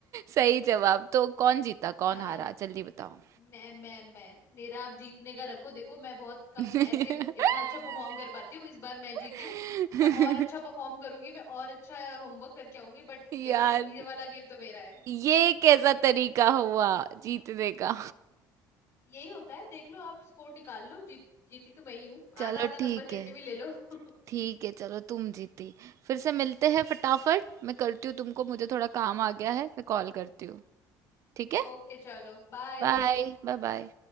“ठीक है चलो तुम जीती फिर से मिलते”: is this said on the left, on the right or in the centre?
Right